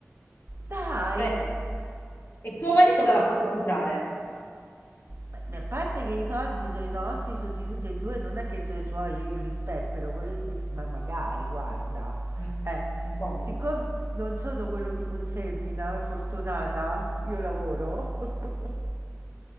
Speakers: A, on the right (about 55°); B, on the left (about 50°).
A: Dai.
B: Cioè, e tuo marito te l'ha fatto comprare?
A: Ma- ma A parte che i soldi sono i nostri, sono di tutti e due, non è che sono i suoi, io li sperpero, volesse, ma magari, guarda.
B: Ma,
A: Eh,
B: Insomma.
A: siccome non sono quello tipo di femmina fortunata, io lavoro. <laughs>